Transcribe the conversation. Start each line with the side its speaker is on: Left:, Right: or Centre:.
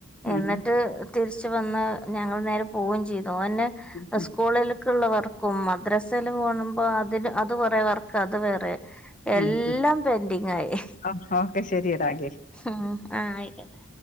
Centre: എന്നിട്ട്
Left: ഉം
Centre: തിരിച് വന്ന് ഞങ്ങൾ നേരെ പോവും ചെയ്തു ഓന്
Left: ഉം ഉം
Centre: സ്കൂളില് ഉള്ള വർക്കും മദ്രസൽ പോണുമ്പോ അതിന് അത് കുറേ വർക്ക് അത് വേറെ എല്ലാം
Left: ഉം
Centre: പെൻഡിങ് ആയി
Left: ഓ, ഓക്കെ ശരിയെടാ എങ്കിൽ
Centre: ഉം ആഹ് ആയിക്കോട്ടെ